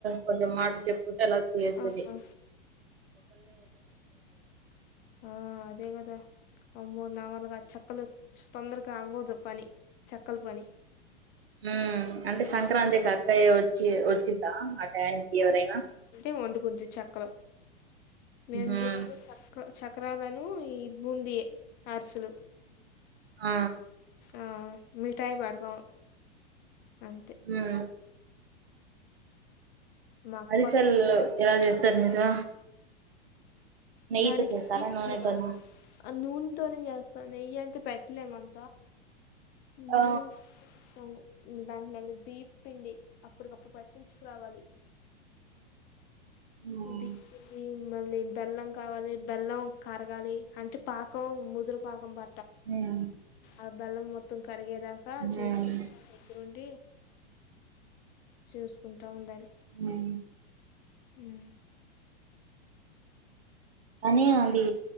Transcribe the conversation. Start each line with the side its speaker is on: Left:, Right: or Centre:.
Right: కొంచెం మాట చెప్ కుటల్ వచ్చిచేత్తది
Left: ఆ ఆ ఆ అదే కదా అమ్మో నా వాళ్ళ ఆ చెక్కలు తొందరగా అవ్వదు పని చెక్కలు పని
Right: ఆ అంటే సంక్రాంతికి
Left: ఆవిడ కాదు.
Right: అక్కయ్య వచ్చి వచ్చింద్దా ఆ టయానికి ఎవరైనా
Left: ఓ వండుకుంటి చక్కలు మేము
Right: ఉహుం.
Left: చెప్పే చక్క చక్రాలను ఇ బుంది అర్సులు
Right: ఆ
Left: ఆ మిఠాయి పడతాం అంతే
Right: ఉమ్.
Left: మా అక్క
Right: అరిసల్ ఎలా చేస్తారు మీరు నెయ్యితో
Left: దానికి
Right: చేస్తారా
Left: బిపిండి
Right: నూనెతోనా
Left: కాబట్టి ఆ నూనెతోనే చేస్తాం నెయ్యి అంటే పెట్టలేము మనం నూనెతో
Right: ఆ
Left: చేస్తాను దానికి మళ్ళీ బియ్యపు పిండి అప్పుటికప్పుడు పట్టించుకురావాలి
Right: మ్మ్
Left: బిపిండి ఇమ్ మళ్ళీ బెల్లం కావాలి బెల్లం కరగాలి అంటే పాకం ముదురు పాకం ప
Right: ఉనా
Left: ఆ బెల్లం మొత్తం కరిగేదాకా
Right: మ్మ్
Left: చూసుకుంటా దగ్గరుండి చూసుకుంటా ఉండాలి
Right: మ్మ్
Left: మ్మ్
Right: కానీ అది